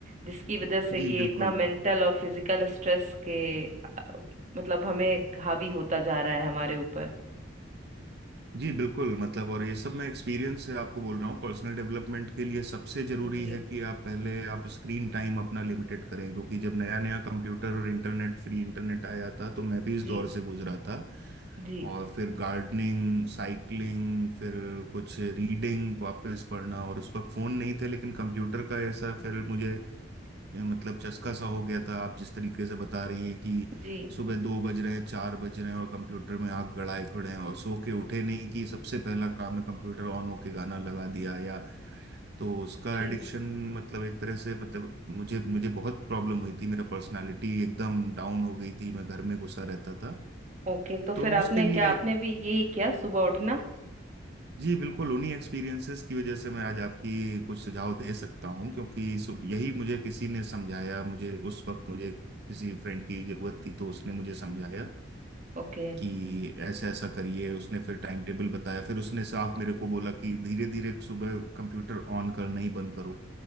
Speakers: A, on the right; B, on the right.
A: जिसकी वजह से ये
B: जी बिल्कुल
A: इतना मेंटल और फिजिकल स्ट्रेस के अ, मतलब हमें हावी होता जा रहा है हमारे ऊपर
B: जी बिल्कुल मतलब और ये सब मैं एक्सपीरियंस से आपको बोल रहा हूँ पर्सनल डेवलपमेंट के लिए सबसे जरूरी
A: जी
B: है कि आप पहले आप स्क्रीन टाइम अपना लिमिटेड करें क्योंकि जब नया नया कंप्यूटर और इंटरनेट फ्री इंटरनेट आया था तो मैं भी इस
A: जी
B: दौर से गुजरा था
A: जी
B: और फिर गार्डनिंग साइकिलिंग फिर कुछ रीडिंग वापस पढ़ना और उस वक्त फ़ोन नहीं थे लेकिन कंप्यूटर का ऐसा फिर मुझे मतलब चस्का सा हो गया था आप जिस तरीके से बता रही हैं कि
A: जी
B: सुबह दो बज रहे हैं चार बज रहे हैं और कंप्यूटर में आप गड़ाए खड़े हैं और सो के उठे नहीं कि सबसे पहला काम है कंप्यूटर ऑन होके गाना लगा दिया या तो उसका
A: जी
B: एडिक्शन मतलब एक तरह से मतलब मुझे मुझे बहुत प्रॉब्लम हुई थी मेरा पर्सनालिटी एकदम डाउन हो गई थी मैं घर में घुसा रहता था
A: ओके तो फिर
B: तो
A: आपने
B: उसके लिए
A: क्या आपने भी यही किया सुबह उठना
B: जी बिल्कुल उन्हीं एक्सपीरियंसेस की वजह से मैं आज आपकी कुछ सुझाव दे सकता हूँ क्योंकि सु- यही मुझे किसी ने समझाया मुझे उस वक्त मुझे किसी फ्रेंड की जरूरत थी तो उसने मुझे समझाया
A: ओके
B: कि ऐसा ऐसा करिए उसने फिर टाइम टेबल बताया फिर उसने साफ मेरे को बोला कि धीरे धीरे सुबह कंप्यूटर ऑन करना ही बंद करो